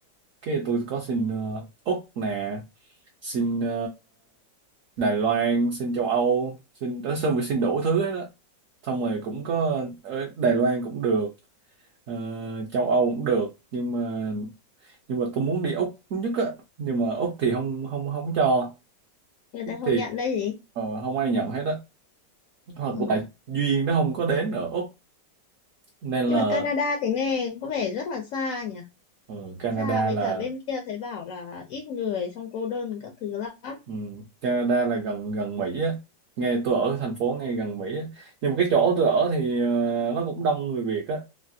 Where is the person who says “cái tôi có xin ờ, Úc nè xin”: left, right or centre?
Right